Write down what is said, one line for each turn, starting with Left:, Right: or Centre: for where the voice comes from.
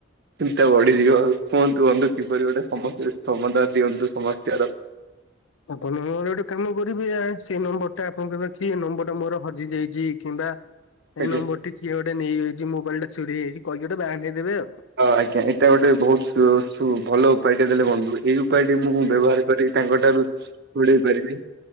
Right: ଚିନ୍ତା ବଢିଯିବ ଆଉ କୁହନ୍ତୁ ବନ୍ଧୁ କିପରି ଗୋଟେ ସମାସ୍ୟ ର ସମାଧନ ଦିଅନ୍ତୁ ସମସ୍ୟାର।
Left: ଆପଣ ନହେଲେ ଗୋଟେ କାମ କରିବେ ଏଆ ସେ ନମ୍ବର ଟା ଆପଣ କହିବେ କି ଏ ନମ୍ବର ଟା ମୋର ହଜିଯାଇଛି କିମ୍ବା
Right: ଆଜ୍ଞା
Left: ଏଇ ନମ୍ବର ଟି କିଏ ଗୋଟେ ନେଇଯାଇଛି ମୋବାଇଲ ଟା ଚୋରି ହେଇଛି କହିକି ଗୋଟେ ବାରେଇଦେବେ ଆଉ।
Right: ହଁ, ଆଜ୍ଞା ଏଇଟା ଗୋଟେ ବହୁତ ସୁ ଶୁ ଭଲ ଉପାୟଟେ ଦେଲେ ବନ୍ଧୁ ଏଇ ଉପାୟଟିକୁ ମୁଁ
Left: ଆଜ୍ଞା।
Right: ବ୍ୟବହାର
Left: ଆଜ୍ଞା
Right: କରି ତାଙ୍କ ଠାରୁ ଦୁରେଇ ପାରିବି